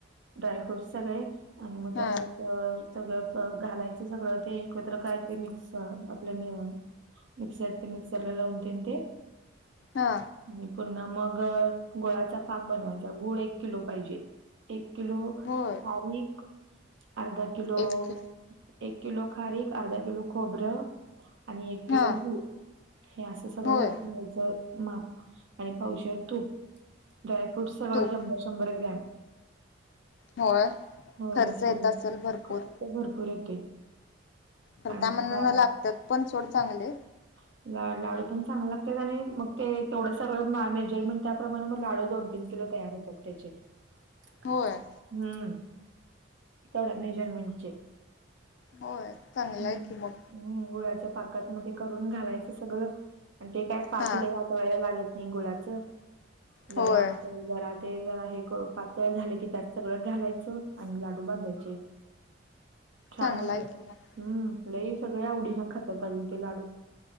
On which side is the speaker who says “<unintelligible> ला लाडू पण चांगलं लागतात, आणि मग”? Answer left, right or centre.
Right